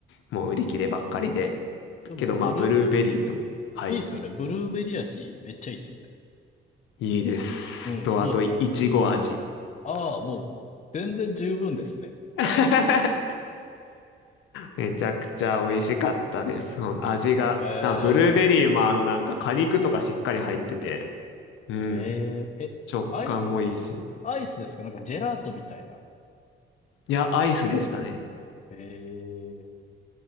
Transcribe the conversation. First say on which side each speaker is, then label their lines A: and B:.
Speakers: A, on the left; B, on the left.
A: もう売り切ればっかりで、
B: でも、
A: けどまあ、
B: ブルー、
A: ブルーベリーと、はい、
B: いいっすよね。ブルーベリー味、めっちゃいいっすよね。
A: いいです。
B: うん、
A: と、
B: いいっす。
A: あと、いちご味。
B: ああ、もう、全然十分ですね。
A: <laughs> めちゃくちゃ美味しかったです。ほん味が、
B: ええ、
A: な、ブルーベリーもあのなんか果肉とかしっかり入ってて、うん、
B: ええ、え、
A: 食感もいいし。
B: アイ、アイスですかなんかジェラートみたいな。
A: いや、アイスでしたね。
B: ええ、